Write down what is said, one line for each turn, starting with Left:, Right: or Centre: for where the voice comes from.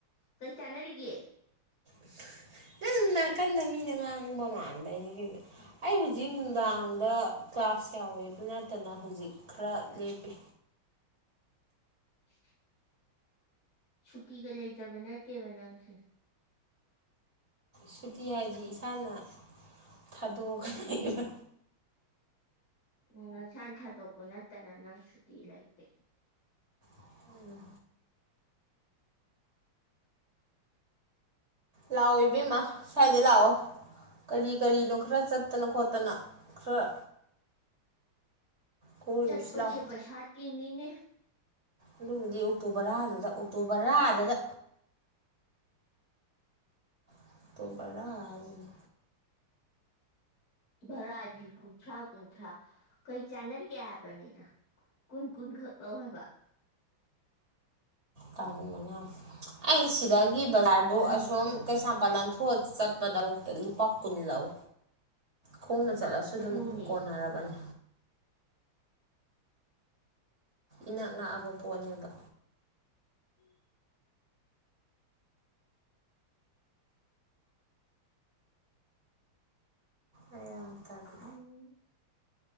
Left: ꯀꯩ ꯆꯥꯟꯅꯔꯤꯒꯦ
Right: <inaudible> ꯅꯪ ꯅꯥꯀꯟꯗ ꯃꯤꯗ ꯉꯥꯡꯕ ꯃꯥꯂ ꯑꯩ ꯍꯧꯖꯤꯛ ꯅꯨꯡꯗꯥꯡꯗ ꯀ꯭ꯂꯥꯁ ꯌꯥꯎꯋꯦ ꯑꯗꯨ ꯅꯠꯇꯅ ꯍꯧꯖꯤꯛ ꯈꯔ ꯂꯦꯞꯄꯤ
Left: <inaudible> ꯁꯨꯇꯤꯒ ꯂꯩꯖꯕ ꯅꯠꯇꯦꯕ ꯅꯪꯁꯦ
Right: ꯁꯨꯇꯤ ꯍꯥꯏꯕꯗꯤ ꯏꯁꯥꯅ ꯊꯥꯗꯣꯛꯑꯈ
Left: ꯎꯝ ꯁꯥ ꯊꯥꯗꯣꯛꯄ ꯅꯠꯇꯅ ꯅꯪ ꯁꯨꯇꯤ ꯂꯩꯇꯦ
Right: ꯎꯝ ꯂꯥꯛꯑꯣ ꯏꯕꯦꯝꯃ ꯁ꯭ꯋꯥꯏꯗꯩ ꯂꯥꯛꯑꯣ ꯀꯔꯤ ꯀꯔꯤꯅꯣ ꯈꯔ ꯆꯠꯇꯅ ꯈꯣꯠꯇ ꯇꯅ ꯈꯔ ꯀꯣꯏꯔꯨꯁꯤ
Left: ꯆꯠꯄꯁꯦ
Right: ꯂꯥꯎ
Left: ꯄꯩꯁꯥ ꯇꯤꯡꯅꯤꯅꯦ
Right: ꯑꯗꯨꯕꯨꯗꯤ ꯑꯣꯛꯇꯣꯕꯔꯥꯗꯨꯗ ꯑꯣꯛꯇꯣꯕꯔꯥꯗꯨꯗ ꯑꯣꯛꯇꯣ ꯕꯔꯥ ꯍꯥꯏꯖꯤꯅꯤ
Left: ꯚꯔꯥꯗꯤ ꯀꯨꯟꯊ꯭ꯔꯥ ꯀꯨꯟꯊ꯭ꯔꯥ ꯀꯩ ꯆꯥꯟꯅꯔꯤꯒꯦ ꯍꯥꯏꯕꯅꯤꯅ ꯀꯨꯟ ꯀꯨꯟ ꯈꯛ ꯂꯧ ꯍꯥꯏꯕ
Right: ꯇꯥꯔꯤꯛ ꯃꯉꯥ ꯑꯩ ꯁꯤꯗꯥꯥꯏ ꯃꯤ ꯕꯖꯥꯔꯕꯨ
Left: ꯌꯥꯝ
Right: ꯑꯁꯣꯝ
Left: ꯍꯦꯟꯖꯜꯂꯦ
Right: ꯀꯩꯁꯥꯝ ꯄꯥꯂꯟ ꯆꯠꯕꯗꯥꯕ ꯂꯨ ꯄꯥꯛ ꯀꯨꯟ ꯂꯑꯣ ꯈꯣꯡꯅ ꯆꯠꯂꯁꯨ ꯑꯗꯨꯝ
Left: ꯑꯗꯨꯅꯦ
Right: ꯀꯣꯟꯅꯔꯕꯅꯤ ꯏꯅꯥꯛ ꯂꯛꯑꯕ ꯄꯣꯠꯅꯦꯕ
Left: ꯎꯝ
Right: ꯑꯩ ꯌꯥꯝ ꯇꯜꯂꯦ
Left: ꯎꯝ